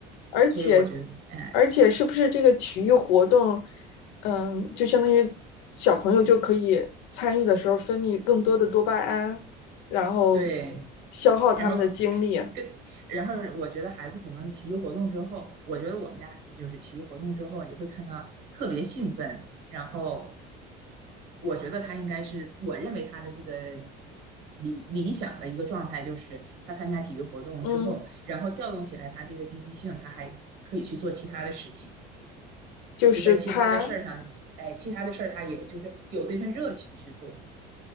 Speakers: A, on the left (about 85°); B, on the right (about 75°).
A: 而且，
B: 所以我觉得，嗯，
A: 而且是不是这个体育活动，嗯，就相当于小朋友就可以参与的时候分泌更多的多巴胺，然后
B: 对。
A: 消耗他们的精力，
B: 然后跟然后我觉得孩子可能体育活动之后，我觉得我们家孩子就是体育活动之后，你就会看到特别兴奋，然后我觉得他应该是我认为他的这个理理想的一个状态，就是他参加体育活动之后，
A: 嗯，
B: 然后调动起来他这个积极性，他还可以去做其他的事情，
A: 就是他
B: 就在其他的事儿上，哎，其他的事儿他也就是有这份热情去做，